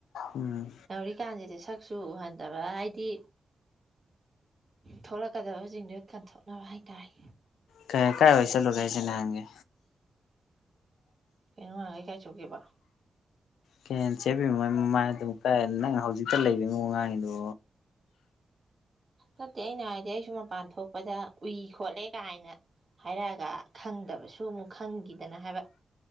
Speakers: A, on the left (about 85°); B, on the right (about 45°).
A: ꯎꯝ
B: ꯌꯥꯎꯔꯤꯀꯥꯟꯁꯤꯗꯤ ꯁꯛ ꯁꯨ ꯎꯍꯟꯗꯕ ꯍꯥꯏꯗꯤ ꯊꯣꯛꯂꯛꯀꯗꯕꯁꯤꯡꯗꯨꯣ ꯀꯟꯊꯣꯛꯅꯕ ꯍꯥꯏꯇꯥꯔꯦ
A: ꯀ ꯀꯥꯏ ꯑꯣꯏꯩꯁꯥ ꯂꯧꯒꯥꯏꯁꯦ ꯅꯍꯥꯡꯒꯦ
B: ꯀꯩꯅꯩ ꯀ ꯆꯒꯦꯕ
A: ꯀ ꯆꯦꯕꯤ ꯃꯃ ꯑꯗꯨꯝ ꯀꯥꯏ ꯅꯪꯅ ꯍꯧꯖꯤꯛꯇ ꯂꯩꯕꯅꯣꯉꯥꯡꯉꯤꯗꯣ
B: ꯅꯠꯇꯦ ꯑꯩꯅ ꯍꯥꯏꯔꯗꯤ ꯑꯩꯁꯨ ꯃꯄꯥꯟ ꯊꯣꯛꯄꯗ ꯎꯏ ꯈꯣꯠꯂꯦ ꯀꯥꯏꯅ ꯍꯥꯏꯔꯛꯑꯒ ꯈꯪꯗꯕꯁꯨ ꯑꯃꯨꯛ ꯈꯪꯈꯤꯗꯅ ꯍꯥꯏꯕ